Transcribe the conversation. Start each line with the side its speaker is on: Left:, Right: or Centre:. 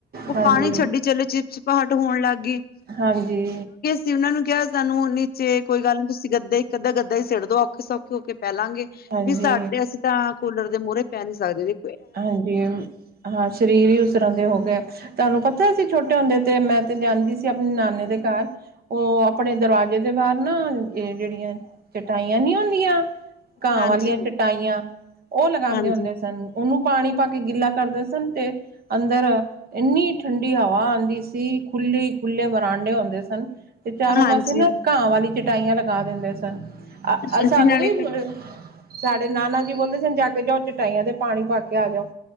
Left: ਉਹ
Right: ਹਾਂਜੀ,
Left: ਪਾਣੀ ਛੱਡੀ ਚਲੇ ਚਿਪਚਿਪਾਹਟ ਹੋਣ ਲੱਗ ਗਈ
Right: ਹਾਂਜੀ
Left: ਤੇ ਉਹਨਾ ਨੂੰ ਕਿਹਾ ਸਾਨੂੰ ਨੀਚੇ ਕੋਈ ਗੱਲ ਨੀ ਤੁਸੀਂ ਗੱਦਾ ਇੱਕ ਅੱਧਾ ਗੱਦਾ ਈ ਸਿੱਟ ਦੋ ਔਖੇ ਸੌਖੇ ਹੋਕੇ ਪੈਲਾਂਗੇ,
Right: ਹਾਂਜੀ।
Left: ਵੀ ਸਾਡੇ ਅਸੀਂ ਤਾਂ ਕੂਲਰ ਦੇ ਮੂਹਰੇ ਪੈ ਨਹੀਂ ਸਕਦੇ ਵੀ
Right: ਹਾਂਜੀ ਹਾਂ ਸਰੀਰ ਹੀ ਉਸ ਤਰ੍ਹਾਂ ਦੇ ਹੋ ਗਏ ਤੁਹਾਨੂੰ ਪਤਾ ਅਸੀ ਛੋਟੇ ਹੁੰਦੇ ਤੇ ਮੈਂ ਤੇ ਜਾਂਦੀ ਸੀ ਆਪਣੇ ਨਾਨੇ ਦੇ ਘਰ ਉਹ ਆਪਣੇ ਦਰਵਾਜ਼ੇ ਦੇ ਬਾਹਰ ਨਾ ਇਹ ਜਿਹੜੀਆਂ ਚਟਾਈਆਂ ਨੀ ਹੁੰਦੀਆਂ ਘਾਹ
Left: ਹਾਂਜੀ,
Right: ਵਾਲੀਆਂ ਚਟਾਈਆਂ ਉਹ ਲਗਾਉਂਦੇ
Left: ਹਾਂਜੀ,
Right: ਹੁੰਦੇ ਸਨ ਉਹਨੂੰ ਪਾਣੀ ਪਾ ਕੇ ਗਿੱਲਾ ਕਰਦੇ ਸਨ ਤੇ ਅੰਦਰ ਇੰਨੀ ਠੰਡੀ ਹਵਾ ਆਉਂਦੀ ਸੀ, ਖੁੱਲ੍ਹੇ ਖੁੱਲ੍ਹੇ ਬਰਾਂਡੇ ਹੁੰਦੇ ਸਨ ਤੇ ਚਾਰੋਂ
Left: ਹਾਂਜੀ,
Right: ਪਾਸੇ ਨਾ ਘਾਹ ਵਾਲੀ ਚਟਾਈਆਂ ਲਗਾ ਦਿੰਦੇ ਸਨ
Left: ਹਾਂਜੀ
Right: ਸਾਨੂੰ
Left: ਨਾਲੇ
Right: ਵੀ ਸਾਡੇ ਨਾਨਾ ਜੀ ਬੋਲਦੇ ਸਨ ਜਾ ਕੇ ਜਾਓ ਚਟਾਈਆਂ ਤੇ ਪਾਣੀ ਪਾ ਕੇ ਆ ਜਾਓ,